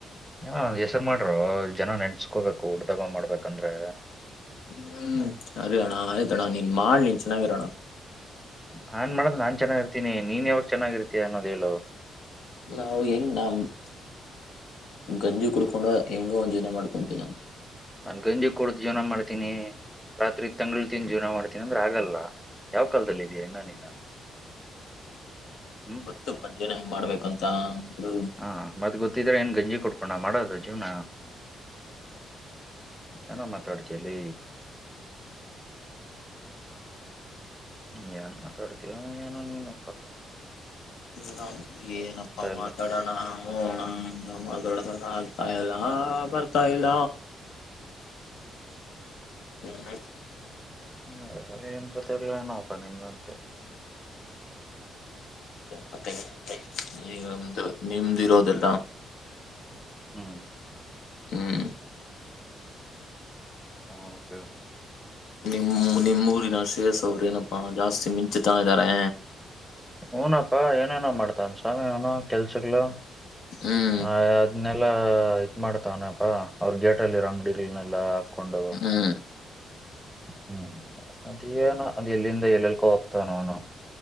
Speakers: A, in the centre; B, on the left (about 75°).
A: ಹ ಹೆಸರು ಮಾಡ್ರೋ ಜನ ನೆನ್ಸ್ಕೋಬೇಕು ಹುಟ್ಟಿದಬ್ಬ ಮಾಡ್ಬೇಕಂದ್ರೆ
B: ಹೂ ಅದೇ ಅಣ್ಣ ಆಯ್ತಾ ಅಣ್ಣ ನೀನ್ ಮಾಡಿ ನೀನ್ ಚೆನ್ನಾಗಾಗಿರಣ್ಣ
A: ನಾನ್ ಮಾಡೋದು ನಾನ್ ಚೆನ್ನಾಗಿರ್ತೀನಿ ನೀನ್ ಯಾವಾಗ ಚೆನ್ನಾಗಿರ್ತೀಯ ಅನ್ನೋದ ಹೇಳು
B: ನಾವು ಹೆಂಗ ನಾಮ್.
A: <inaudible>
B: ಗಂಜಿ ಕುಡ್ಕೊಂಡ ಹೆಂಗ ಒಂದು ಜೀವನ ಮಾಡ್ಕೊಂತೀನಿ ನಾನು.
A: ನನ್ ಗಂಜಿ ಕುೂಡ್ದ ಜೀವನ ಮಾಡ್ತೀನಿ. ರಾತ್ರಿ ತಂಗಿಳ್ತೀನಿ ಜೀವನ ಮಾಡ್ತೀನಿ ಅಂದ್ರೆ ಆಗಲ್ಲ ಯಾವ್ ಕಾಲದಲ್ಲಿ ಇದೀ ನ ನೀನು. <inaudible> ಹ್ಮ್
B: ಗೊತ್ತು ಗಂಜಿನ ಹೆಂಗ್ ಮಾಡ್ಬೇಕಂತ. ಹ್ಮ್
A: ಹಾ ಮತ್ತ್ ಗೊತ್ತಿದ್ರೆ ಏನ್ ಗಂಜಿ ಕೊಟ್ಕೊಂಡ ಮಾಡೋದು ಜೀವನ. ಏನೋ ಮಾತಾಡ್ತಿಯಲೆ <inaudible> ಏನ್ ಮಾತಾಡ್ತೀಯಾ ಏನೋ ಏನಪ್ಪ.
B: ನ ಏನಪ್ಪಾ
A: ಇಲ್ಲ
B: ಮಾತಾಡೋಣ <unintelligible> ಇಲ್ಲ ಬರ್ತಾಯಲ್ಲಾ ಬರ್ತಾ ಇಲ್ಲ. ಹ್ಮ.
A: ಹ್ಮ ಏನ್ ಗೊತ್ತ ಏನಪ್ಪ ನಿಮಗಂತೂ.
B: ಮತ್ತಮ್ದ ನಿಮ್ದ ಇರೋದೆಲ್ಲ.
A: ಹ್ಮ್
B: ಹ್ಮ್
A: ಹಾ ಓಕೆ.
B: ನಿಮ್ಮ ನಿಮ್ಮೂಊರಿನ ಶೇಸ್ ಅವ್ರ ಏನಪ್ಪಾ ಜಾಸ್ತಿ ಮಿಂಚತಾ ಇದ್ದಾರೆ.
A: ಹೂನಪ್ಪಾ ಏನೇನ ಮಾಡ್ತನ್ ಸ್ವಾಮಿ ಅವನು ಕೆಲ್ಸಗ್ಗಳು.
B: ಹ್ಮ್
A: ಆ ಅದ್ನ್ನೆಲ್ಲ. ಇದತ್ ಮಾಡ್ತಾವಾನಪಾ ಅವ್ರ ಗೇಟ ಅಲ್ಲಿ ರಂಗಡಿಗಳನೆಲ್ಲಾ ಹಾಕೊಂಡು
B: ಹ್ಮ್
A: ಹ್ಮ್ ಅದೇನ ಅದ್ ಎಲ್ಲಿಂದ ಎಲ್ಲೆಲ್ಕೋ ಹೋಗ್ತಾನನು.